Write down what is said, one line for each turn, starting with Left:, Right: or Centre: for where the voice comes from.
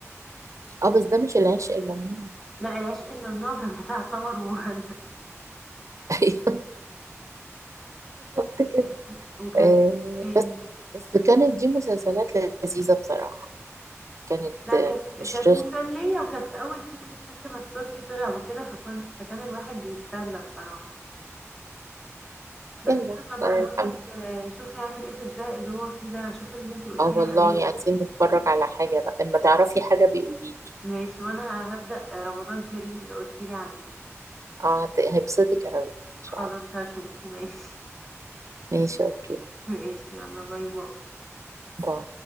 Right: اه بس ده مش العشق الممنوع
Centre: لا العشق الممنوع كان بتاع <laughs> سمر ومهند
Right: <laughs> ايوه بالظبط
Centre: وكان
Right: كده
Centre: في وكان
Right: آه
Centre: في إيه تاني
Right: بس بس كانت دي مسلسلات لذيذة بصراحة كانت
Centre: لا
Right: آه،
Centre: كانت
Right: مش
Centre: كانت
Right: رخمة
Centre: مسلية وكانت أول فكرة لسه ما التركي طلع وكده فكون فكان الواحد بيتسلى بصراحة بس
Right: يلا
Centre: يلا بقى
Right: آه،
Centre: الواحد
Right: الحمد
Centre: آه، يشوف يعمل ايه في الزهق اللي هو فيه ده شوف اللي انتي قلتيلي
Right: اه والله
Centre: عليهم
Right: عايزين نتفرج على حاجة بقى لما تعرفي حاجة بيقوليلي
Centre: ماشي وانا هبدأ رمضان كريم اللي قلتيلي عليه
Right: اه هت- هيبسطك اوي ان شاء
Centre: خلاص
Right: الله
Centre: هشوفه ماشي
Right: ماشي اوكي
Centre: <laughs> ماشي يلا باي باي
Right: باي